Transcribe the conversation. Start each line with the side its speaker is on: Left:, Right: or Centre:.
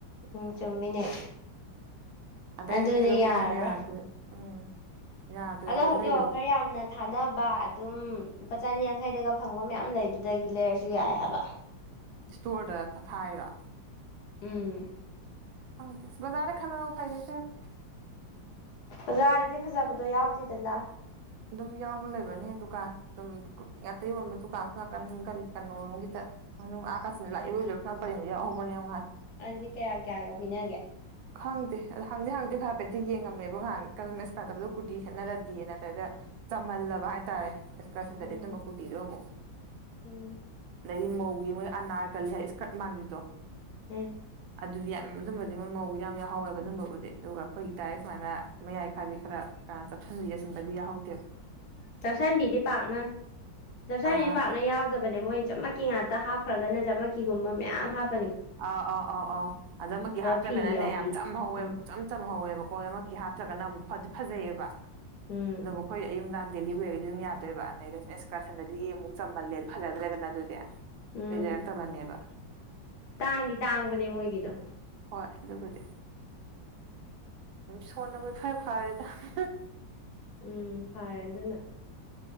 Left: ꯎꯝ ꯆꯨꯝꯃꯤꯅꯦ
Right: ꯑꯗꯩ
Left: ꯑꯗꯨꯅꯦ
Right: ꯁ ꯆꯂꯄꯗꯨꯅꯤ
Left: ꯌꯥꯔꯔꯣꯏ
Right: ꯌꯥꯗ ꯎꯝ ꯌꯥꯗ꯭ꯔꯦꯕ
Left: ꯑꯗꯣ
Right: ꯑꯩ
Left: ꯍꯧꯖꯤ
Right: ꯂꯩꯗꯕ
Left: ꯑꯣꯐꯔ ꯌꯥꯝꯅ ꯊꯥꯅꯕ ꯑꯗꯨꯝꯄꯥ ꯆꯅꯤ ꯌꯥꯡꯈꯩꯗꯒ ꯐꯪꯕ ꯃꯌꯥꯝ ꯂꯩꯗꯨꯗꯒꯤ ꯂꯩꯔꯁꯨ ꯌꯥꯏ ꯍꯥꯏꯕ
Right: ꯏꯁꯇꯣꯔꯗ ꯐꯊꯥꯏꯔꯣ
Left: ꯎꯝ
Right: ꯈꯪꯗꯦ ꯕꯖꯥꯔꯗꯩ ꯈꯜꯂꯣ ꯑꯃꯗꯨꯅ ꯐꯩ ꯑꯗꯨꯅ
Left: ꯕꯖꯥꯔꯗꯗꯤ ꯐꯖꯕꯗꯣ ꯌꯥꯎꯗꯦꯗꯅ
Right: ꯑꯗꯨꯝ ꯌꯥꯎꯕ ꯂꯩꯕꯅꯦ ꯗꯨꯀꯥꯟ ꯑꯗꯨꯝ ꯀꯨꯔꯇꯤ ꯉꯥꯛꯇ ꯌꯣꯟꯕ ꯗꯨꯀꯥꯟ ꯈꯔ ꯀꯔꯤ ꯀꯩꯅꯔꯣꯝꯒꯤꯗ ꯃꯅꯨꯡꯥꯁꯤꯗ ꯂꯥꯛꯏꯔꯣꯏ ꯂꯣꯏꯄꯔꯤꯡꯗ ꯌꯥꯎꯍꯧꯕꯅꯦ ꯌꯥꯝꯥꯏ
Left: ꯑꯗꯨꯗꯤ ꯀꯌꯥ ꯀꯌꯥꯒ ꯄꯤꯅꯒꯦ
Right: ꯈꯪꯗꯦ ꯑ ꯍꯪꯗꯦ ꯍꯪꯗꯦ ꯈ ꯍꯥꯏꯐꯦꯠꯇ ꯌꯦꯡꯉꯝꯃꯦꯕ ꯉꯍꯥꯟ ꯀꯩꯅꯣꯦꯁ ꯈꯥꯟꯗꯕꯗ ꯀꯨꯔꯇꯤ ꯁꯦꯠꯅꯔꯗꯤꯦ ꯅꯠꯇ꯭ꯔꯗ ꯆꯝꯍꯜꯂꯕ ꯍꯥꯏꯇꯥꯔꯦ ꯑꯦꯁꯀꯔꯁꯟꯗꯗꯤ
Left: ꯎꯝ
Right: ꯑꯗꯨꯝ ꯑꯃ ꯀꯨꯇꯤꯗꯣ ꯑꯃꯨꯛ
Left: ꯎꯝ
Right: ꯑꯗꯩꯗꯤ ꯃꯧꯒꯤ ꯃꯣꯏ ꯑꯅꯥꯔ ꯀꯜꯂꯤ ꯍꯥꯏ ꯏꯁꯀꯔꯠ ꯃꯥꯟꯕꯤꯗꯣ
Left: ꯎꯝ
Right: ꯑꯗꯨꯗꯤ ꯌꯥꯝ ꯑꯗꯨꯝꯕꯗꯤ ꯃꯣꯏ ꯃꯧꯒꯤ ꯌꯥꯝ ꯌꯥꯎꯧꯋꯦꯕ ꯑꯗꯨꯝꯕꯕꯨꯗꯤ ꯑꯗꯨꯒ ꯑꯩꯈꯣꯏꯒꯤ ꯗꯥꯏꯔꯦꯛ ꯁꯨꯃꯥꯏꯅ ꯃꯌꯥꯏ ꯈꯥꯏꯕꯤ ꯈꯔ ꯀ ꯆꯞꯁꯤꯟꯕꯤ ꯆꯁꯤꯟꯕꯗꯤ ꯌꯥ ꯠꯇ
Left: ꯆꯥꯛꯁꯟꯕꯤꯗꯤ ꯄꯥꯛꯅ ꯆꯞꯁꯟꯕꯤ
Right: ꯑꯥ
Left: ꯄꯥꯛꯅ ꯌꯥꯎ ꯅꯦ ꯃꯣꯏ ꯖꯃꯀꯤ ꯉꯥꯛꯇ ꯍꯥꯞꯈ꯭ꯔꯒꯅ ꯖꯃꯀꯤꯒꯨꯝꯕ ꯃꯌꯥꯝ ꯍꯥꯞ
Right: ꯑꯧ ꯑꯧ ꯑꯧ ꯑꯥꯎ ꯑꯗꯨꯗꯃꯛꯀꯤ ꯍꯥꯞꯇ꯭ꯔꯒꯅꯅꯦ
Left: ꯐꯤ ꯌꯥꯎꯕꯤ
Right: ꯌꯥꯝ ꯆꯝ ꯍꯧꯋꯦꯕ
Left: ꯎꯝ
Right: ꯄꯨꯡꯆꯝ ꯆꯝꯍꯧꯋꯦꯕ ꯀꯣ ꯂꯣꯢꯃꯛꯀꯤ ꯍꯥꯞꯇ꯭ꯔꯒꯅ ꯑꯃꯨꯛ ꯐꯖꯩꯑꯦꯕ
Left: ꯎꯝ
Right: ꯑꯗꯣ ꯃꯈꯣꯏ ꯑꯌꯨꯛ ꯅꯨꯡꯗꯥꯡꯒꯤ ꯗꯦꯂꯤ ꯋꯦꯔꯒꯗꯤ ꯑꯗꯨꯝ ꯌꯥꯗꯣꯏꯕ ꯑꯗꯩꯗ ꯁꯨꯝ ꯑꯦꯁꯀꯔꯁꯟꯗꯗꯤ ꯑꯃꯨꯛ ꯆꯝꯃꯜꯂꯦ ꯐꯖꯗ꯭ꯔꯦꯗꯅ ꯑꯗꯨꯗꯤ
Left: ꯎꯝ
Right: ꯏꯂꯔꯇꯕꯟꯅꯦꯕ
Left: ꯇꯥꯡꯗꯤ ꯇꯥꯡꯕꯅꯦ ꯃꯣꯏꯒꯤꯗꯣ
Right: ꯍꯣꯏ ꯑꯗꯨꯕꯨꯗꯤ ꯎ ꯁꯣꯟꯅꯕꯕꯨꯣꯏ ꯐꯔꯦ ꯐꯔꯦꯗ
Left: ꯎꯝ ꯐꯔꯦ ꯑꯗꯨꯅ